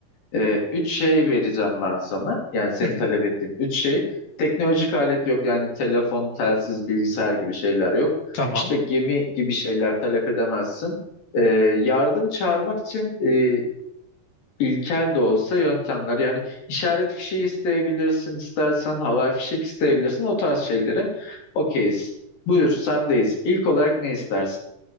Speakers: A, on the left; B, on the left.
A: Ee, üç şey vereceğim ben sana. Yani senin
B: Hı hı.
A: talep ettiğin üç şey. Teknolojik alet yok yani telefon, telsiz, bilgisayar gibi şeyler yok.
B: Tamam.
A: İşte gemi gibi şeyler talep edemezsin. Ee, yardım çağırmak için e, ilkel de olsa yöntemler. Yani işaret fişeği isteyebilirsin istersen, havai fişek isteyebilirsin. O tarz şeylere okeyiz. Buyur sendeyiz. İlk olarak ne istersin?